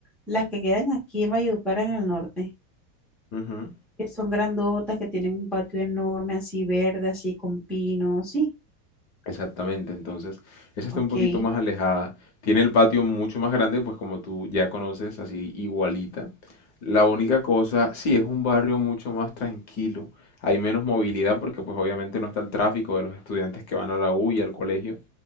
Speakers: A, in the centre; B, on the left.
A: las que quedan aquí en Valledupar en el norte,
B: Ujú.
A: que son grandotas, que tienen un patio enorme, así verde, así con pinos, sí,
B: Exactamente, entonces esa está
A: ok.
B: un poquito más alejada. Tiene el patio mucho más grande, pues como tú ya conoces, así igualita. La única cosa, sí, es un barrio mucho más tranquilo. Hay menos movilidad porque pues obviamente no está el tráfico de los estudiantes que van a la U y al colegio.